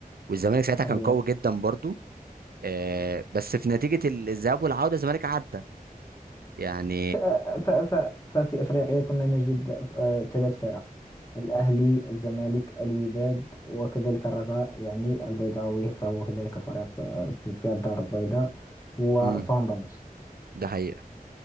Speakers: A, on the right; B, on the left.
A: والزمالك ساعتها كان
B: أيوه
A: قوي جدا برضو آه بس في نتيجة ال- الذهاب والعودة الزمالك عدى يعني
B: ف... ف... ف... ففي أفريقيا كنا نجد آه، ثلاث فرق الأهلي الزمالك الوداد وكذلك الرجاء يعني البيضاوي فهو كذلك فريق آه، في, في الدار البيضاء وصن
A: امم
B: داونز
A: ده حقيقة